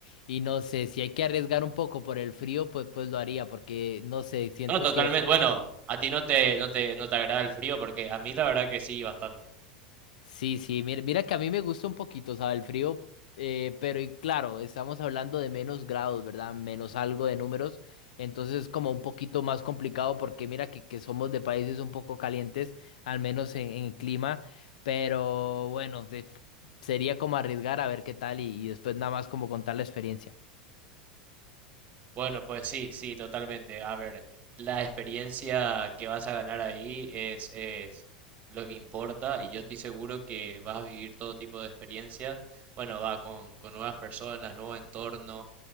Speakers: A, on the left; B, on the right.
A: y no sé, si hay que arriesgar un poco por el frío, pues, pues lo haría, porque no sé, siento
B: No, Sí, totalmente. sí. Bueno, a ti no te, no te, no te agrada el frío porque a mí la verdad que sí, bastante.
A: Sí, sí, mira, mira que a mí me gusta un poquito, o sea, el frío, eh, pero y claro, estamos hablando de menos grados, ¿verdad? Menos algo de números, entonces es como un poquito más complicado porque mira que, que somos de países un poco calientes, al menos en, en clima, pero bueno, se- sería como arriesgar a ver qué tal y, y después nada más como contar la experiencia.
B: Bueno, pues sí, sí, totalmente. A ver, la experiencia que vas a ganar ahí es, es lo que importa y yo estoy seguro que vas a vivir todo tipo de experiencias. Bueno, va con, con nuevas personas, nuevo entorno